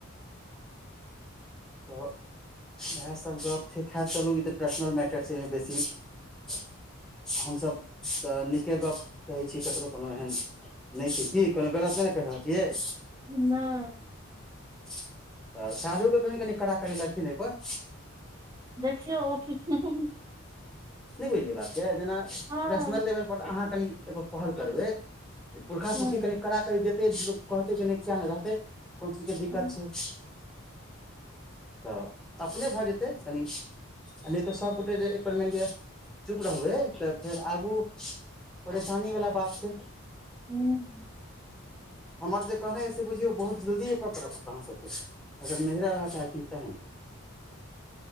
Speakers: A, in the centre; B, on the right.
A: त इहे सब गोप हेते। खेर चलू ई त पर्सनल मैटर छै ऐमे बेसी -- हमसभ त नीके गप कहै छिय ककरो। कोनो एहन नहि छै की कोनो गलत नहि ने रहल छियै। ‌।‌‌
B: नँ- -
A: त साढू के कहियोन कनि कड़ा करी लगथिन एयपर- -
B: देखियौ ओ किछ- -
A: नहि बुझलिय बातके जेना
B: हँ
A: प्रशनल लेवलपर अहां कनि एहिपर पहल करबै- - जे पुरखा
B: छै
A: पुरखी कनि कड़ा कड़ी देतै लोक कहतै नहि किएक नहि रहतै। कोन चीज के दिक्कत
B: हँ
A: छै त अपने भ जेतै कनी- - नहि त सभगोटे जे अयै पर मनि लिअ चुप रहबै त फेर आगू- - परेशानी बला बात छै।
B: हूं- -
A: हमर जे कहने अछि से बुझयो, बहुत जल्दी पकड़ पड़त अहाँसभकेँ अगर नहिहरा रहय चाहै छतिन तहेन-, -
B: ह